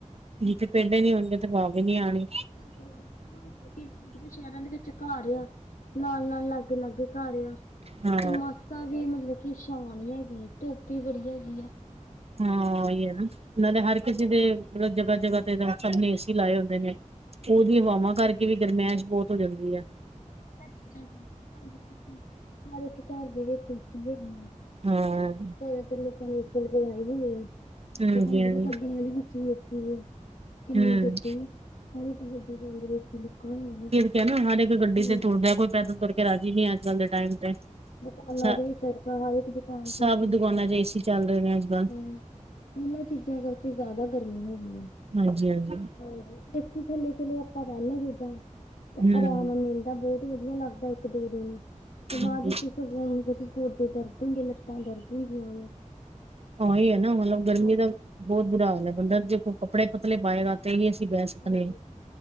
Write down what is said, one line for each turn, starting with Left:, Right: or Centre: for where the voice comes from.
Right: ਜਿੱਥੇ ਪੇਡੇ ਨੀ ਹੁੰਦੇ ਉਧੇ ਵਾਹ ਵੀ ਨੀ ਆਣੀ।
Left: <unintelligible> ਦੋ ਕੀ ਤੁਹਾਨੂੰ ਪ ਸ਼ਹਿਰਾਂ ਦੇ ਵਿੱਚ ਘਰ ਆ, ਨਾਲ- ਨਾਲ, ਲਾਗੇ- ਲਾਗੇ ਘਰ ਆ।
Right: ਹਾਂ।
Left: ਤੇ ਮਾਸਾ ਵੀ ਮਤਲਬ ਕੀ ਸ਼ਾਨ ਹੈਗੀ, ਧੁੱਪ ਵੀ ਬੜੀ ਹੈਗੀ ਹੈ।
Right: ਹਾਂ ਉਹੀ ਨਾ, ਨਾਲੇ ਹਰ ਕਿਸੇ ਦੇ ਮਤਲਬ ਜਗ੍ਹਾ ਜ੍ਹਾ ਸਭ ਨੇ ਏਸੀ ਲਾਏ ਹੁੰਦੇ ਨੇ, ਉਹਦੀ ਹਵਾਵਾਂ ਕਰਕੇ ਵੀ ਗਰਮੈਸ਼ ਬਹੁਤ ਹੋ ਜਾਂਦੀ ਹੈ।
Left: ਚੀਾਂ <unintelligible> ਕਰਕੇ ਹਰ ਇੱਕ ਘਰ ਦੇ ਵੀ ਸਤੀ ਹੈਗੀ ਆ
Right: ਹਾਂ।
Left: ਫੇਰ ਲੋਕਾਂ ਦੇ ਏ ਹੋਏ ਆ,
Right: ਹਾਂਜੀ
Left: ਤੇ ਹੁਣ ਜਦੋਂ
Right: ਹਾਂਜੀ
Left: ਗੱਡੀਆਂ ਦੇ ਵਿੱਚ ਵੀ ਏਸੀ ਹੈ। ਕਿੰਨੀ
Right: ਹਮ।
Left: ਗੱਡੀ, ਹਰ ਇੱਕ ਗੱਡੀਵਿੱਚ ਏਸੀ ਚੱਲਦੀ ਲਗਾ ਹੋਆ ਵਾ।
Right: ਕਹਿ ਨਾ ਹਰ ਇੱਕ ਗੱਡੀ
Left: ਹਾਂਜੀ।
Right: ਤੇ ਤੁਰਦੇ, ਕੋਈ ਪੈਦਲ ਤੁਰ ਕਰਕੇ ਰਾਜੀ ਨੀ ਅੱਜ ਕੱਲ ਦੇ ਟਾਈਮ ਤੇ।
Left: ਦੁਕਾਨਾਂ
Right: ਸ
Left: ਦੀ ਵੀ ਚ ਹਰ ਇੱਕ ਦੁਕਾਨ
Right: ਸਭ
Left: ਤੇਜੀ ਲੋਕਾਂ
Right: ਦੁਕਾਨਾਂ
Left: ਨੇ
Right: ਚ ਏਸੀ ਚੱਲ ਰਹੇ ਨੇ ਅੱਜ ਕੱਲ
Left: ਹੂੰ। ਇਹਨਾਂ ਚੀਜ਼ਾਂ ਕਰਕੇ ਜ਼ਿਆਦਾ ਗਰਮੀ ਹੋ ਗਈ ਆ।
Right: ਹਾਂਜੀ-ਹਾਂਜੀ।
Left: ਹਾਂਜੀ ਏਸੀ ਥੱਲੇ ਚਲੋ ਆਪਾਂ ਰਹਿੰਦੇ ਜਿੱਦਾਂ ਤੇ
Right: ਹਮ
Left: ਆਰਾਮ ਮਿਲਦਾ ਬਹੁਤ ਵਧੀਆ ਲੱਗਦਾ ਇੱਕ ਦੋ ਦਿਨ ਤੇ ਬਾਅਦ
Right: ਹਾਂਜੀ
Left: ਵਿੱਚ ਸਗੋਂ ਹੁੰਦਾ ਕਿ ਗੋਡੇ ਦਰਦ ਹੁੰਦੇ ਲੱਤਾਂ ਦਰਦ ਹੁੰਦੀਆਂ ਵਾ।
Right: ਉਹੀ ਐ ਨਾ ਮਤਲਬ ਗਰਮੀ
Left: ਹਾਂਜੀ
Right: ਦਾ ਬਹੁਤ ਬੁਰਾ ਹਾਲ ਐ ਬੰਦਾ ਜੇ ਕੋਈ ਕੱਪੜੇ ਪਤਲੇ ਪਾਏਗਾ ਤੇ ਹੀ ਅਸੀਂ ਬਹਿ ਸਕਦੇ
Left: ਹਾਂਜੀ
Right: ਆ